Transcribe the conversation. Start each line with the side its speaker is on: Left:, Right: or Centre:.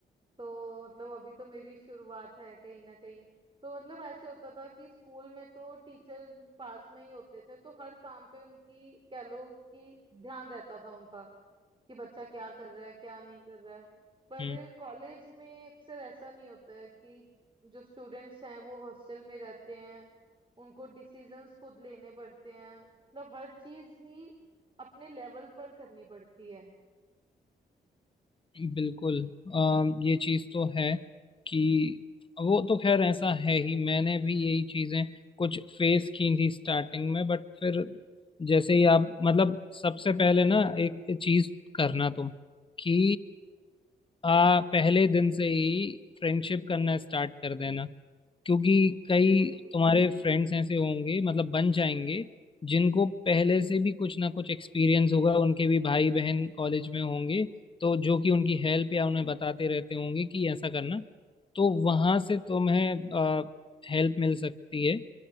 Right: तो मतलब अभी तो मेरी शुरुआत है कहीं ना कहीं तो मतलब ऐसे होता था कि स्कूल में तो टीचर्स पास में ही होते थे तो हर काम पे उनकी कह लो कि ध्यान रहता था उनका कि बच्चा क्या कर रहा है क्या नहीं कर रहा है पर
Left: हम्म
Right: कॉलेज में अक्सर ऐसा नहीं होता है कि जो स्टूडेंट्स हैं वो हॉस्टल में रहते हैं उनको डिसीजंस खुद लेने पड़ते हैं मतलब हर चीज ही अपने लेवल पर करनी पड़ती है
Left: बिल्कुल अम, ये चीज तो है कि वो तो खैर ऐसा है ही मैंने भी यही चीजें कुछ फेस की थी स्टार्टिंग में बट फिर जैसे ही आप मतलब सबसे पहले ना एक चीज करना तुम कि आ पहले दिन से ही फ्रेंडशिप करना स्टार्ट कर देना क्योंकि कई
Right: ओके
Left: तुम्हारे फ्रेंड्स ऐसे होंगे मतलब बन जाएंगे जिनको पहले से भी कुछ ना कुछ एक्सपीरियंस होगा उनके भी भाई बहन कॉलेज में होंगे तो जो कि उनकी हेल्प या उन्हें बताते रहते होंगे कि ऐसा करना तो वहां से तुम्हें हेल्प मिल सकती है